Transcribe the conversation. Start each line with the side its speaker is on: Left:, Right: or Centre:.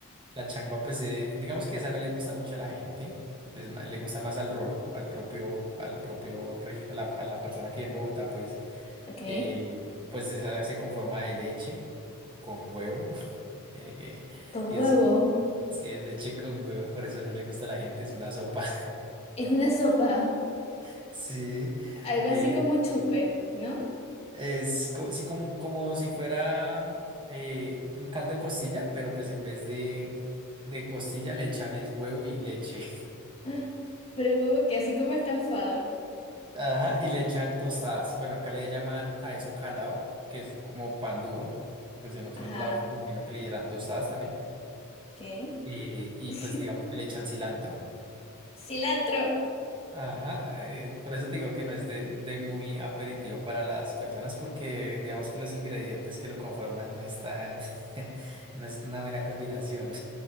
Right: la changua, pues eh, digamos que esa no le gusta mucho a la gente, es ma- le gusta más al rolo, al propio, al propio, regi- a la, a la persona que en Bogotá, pues,
Left: ¿Ok?
Right: eh, pues esa se conforma de leche con huevo, <laughs> eh, eh,
Left: Con
Right: y
Left: huevo.
Right: es, si es leche con huevo, por eso no le gusta a la gente, es una sopa,
Left: Es una sopa,
Right: <laughs> sí,
Left: algo
Right: eh,
Left: así como un chupe, ¿no?
Right: Es co- sí, como, como si fuera eh, un caldo de costilla, pero pues en vez de, de costilla le echan es huevo y leche. <laughs>
Left: Ah, Pero el huevo que así como escalfado.
Right: Ajá, y le echan tostadas. Bueno, acá le llaman a eso calado, que es como pan duro. Pues en otros
Left: Ajá.
Right: lados me imagino que le dirán tostadas también.
Left: ¿Ok?
Right: Eh, y
Left: <laughs>
Right: pues digamos que le echan cilantro.
Left: Cilantro.
Right: Ajá, eh, por eso te digo que no es de, de muy aperitivo para las personas porque digamos que los ingredientes que lo conforman no están, <laughs> no es una buena combinación.